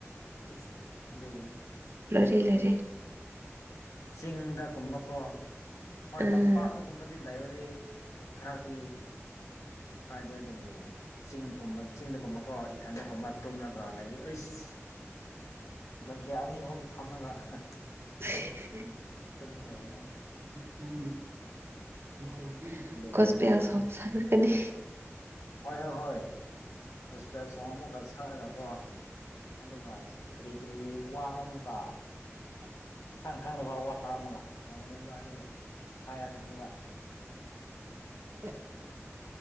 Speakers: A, on the left (about 80°); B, on the right (about 55°).
A: ꯑꯩꯁ ꯑꯗꯨꯒꯤꯅꯤ
B: ꯂꯣꯏꯔꯦ ꯂꯣꯏꯔꯦ
A: ꯆꯤꯡꯗ ꯀꯨꯝꯕ ꯀꯣ ꯍꯣꯏ
B: ꯑꯥ
A: ꯇꯝꯄꯥꯛ ꯀꯨꯝꯃꯗꯤ ꯂꯩꯕꯗꯤ ꯈꯔꯗꯤ ꯀꯥꯏꯗꯦ ꯗꯕꯨ ꯆꯤꯡꯈꯨꯝꯕ ꯆꯤꯡꯗꯒꯨꯝꯕꯀꯣ ꯏꯊꯟꯗꯒꯨꯝꯕ ꯇꯨꯝꯂꯒ ꯂꯩꯔꯤ ꯑꯩꯁ ꯕꯂꯥꯡꯀꯦꯠ ꯑꯅꯤ ꯑꯍꯨꯝ ꯊꯝꯂꯒ ꯍꯥ
B: <unintelligible>
A: ꯇꯨꯝꯔꯕꯣꯅꯦ
B: <unintelligible>
A: ꯑꯗꯨꯒꯅꯤ
B: ꯒꯣꯁꯄꯦꯜ ꯁꯣꯡ ꯁꯛꯂꯛꯀꯅꯤ
A: ꯍꯣꯏ ꯌ ꯍꯣꯏ ꯒꯣꯁꯄꯦꯜ ꯁꯣꯡ ꯑꯃꯨꯒ ꯁꯑꯥ ꯒꯀꯣ ꯑꯗꯨꯒ ꯀꯔꯤ ꯀꯔꯤ ꯋꯥꯅ ꯑꯃꯨꯛꯀ ꯈꯪ ꯈꯪꯗꯕ ꯑꯋꯥ ꯑꯃꯥꯒ ꯑ‌ꯣꯏꯔꯝꯒꯅꯤꯕ ꯋꯥ ꯑꯗꯨꯒ ꯍꯥꯏꯔꯛꯀꯅꯤꯕ
B: <unintelligible>